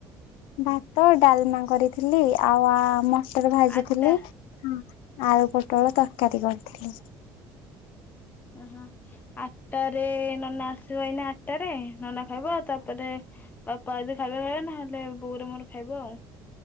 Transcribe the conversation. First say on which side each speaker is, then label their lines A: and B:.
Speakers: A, on the left (about 90°); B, on the left (about 20°).
A: ଭାତ, ଡାଲମା କରିଥିଲି, ଆଉ ମଟର ଭାଜିଥିଲି।
B: ଆଟା।
A: ହଁ ଆଳୁ ପୋଟଳ ତରକାରୀ କରିଥିଲି।
B: ଓହୋ ଆଟଟାରେ ନନା ଆସିବ ଏଇନା ଆଟଟାରେ ନନା ଖାଇବ, ତାପରେ ବାପା ଆଇଲେ ଖାଇବେ ଖାଇବେ ନ ହେଲେ ବୋଉ ର ମୋର ଖାଇବୁ ଆଉ।